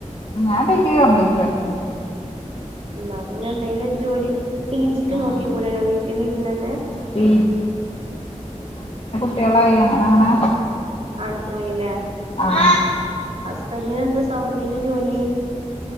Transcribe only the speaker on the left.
ഞാൻ ഡിഗ്രി കംപ്ലീറ്റാക്കീന്.
ആഹ്
പി കുട്ടികള അങ്ങനെ അങ്ങനെ
ആഹ്